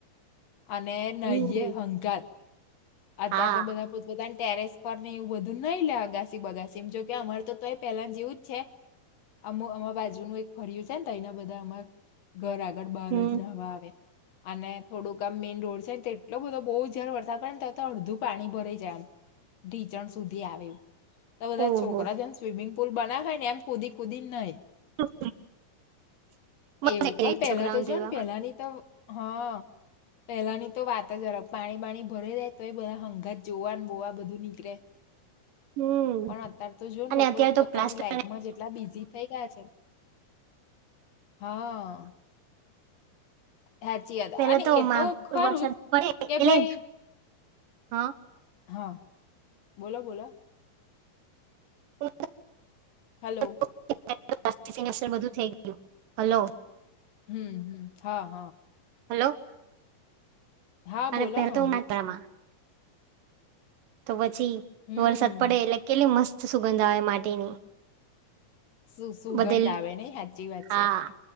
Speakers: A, on the left; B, on the right.
A: અને નહીયએ
B: હમ્મ,
A: હંકાર અત્ય્યારે
B: હા
A: તો બધા પોતપતાની ટેરેસ પર ને એવું બધું નહી લે અગાસી બગાસી જોકે અમારે તો એ પહેલા જેવું જ છે. અમુ અમા બાજુનું એક ફરય્યું છે ને તો એના બધા અમાર ઘર આગળ બહાર
B: હમ્મ,
A: જ નહવા આવે અને થોડુંક આમ મેઈન રોડ છે ને તો એટલો બધો બહુ જારે વરસાદ પડ ને તો અડધું પાણી ભરાઈ જાય એમ ઢીચણ સુધી આવેું તો બધા
B: ઓહો
A: છોકરા જે સ્વિમિંગ પુલ બનાય ને એ કુદીિક કુદી નઈ.
B: <unintelligible> મળે
A: એવું પણ પેલા
B: છોકરાઓને
A: તો જો
B: એવામાં
A: ને પેલા ની તો હા પેલાની તો વાત જ અલગ પાણી પાણી ભરી જાય. તો એ બધા હંગાત જોવાને બોવા બધું નીકળે.
B: હમ્મ,
A: પણ અત્યારે તો જો ને
B: અને
A: લોકો
B: અત્યારે
A: પોતાની
B: તો પ્લાસ્ટર
A: લાઈફમાં જેટલા બિઝી થઈ ગયા છે. હા. સાચી વાદ
B: પેલા
A: અને એ
B: માં
A: તો ખરું
B: વરસાદ
A: જ
B: પડે એટલે
A: કે ભાઈ
B: હા
A: હા બોલો બોલા
B: <unintelligible>
A: હલો
B: <unintelligible> બધું થઈ ગયું હલો
A: હમ હમ હા હા.
B: હલો.
A: હા
B: અને
A: બોલો
B: પહેલા
A: હામડૂ
B: તો માત્રામાં
A: છું.
B: તો પછી
A: હમ
B: વરસાદ પડે એટલે કેટલી મસ્ત સુગંધા આવે માટીની.
A: સુું સુગંધ
B: બધે લી-
A: આવે નઈ સાચી વાત
B: હા
A: છે.